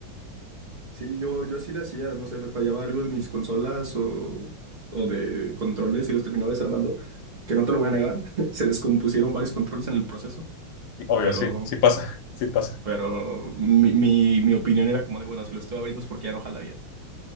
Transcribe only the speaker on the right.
Sí, yo, yo sí le hacía, no sé, me fallaba algo de mis consolas o, o de controles y los terminaba desarmando, que no te lo voy a negar, <laughs> se descompusieron varios controles en el proceso,
pero,
pero mi, mi, mi opinión era como de, bueno, si lo estoy abriendo es porque ya no jala bien.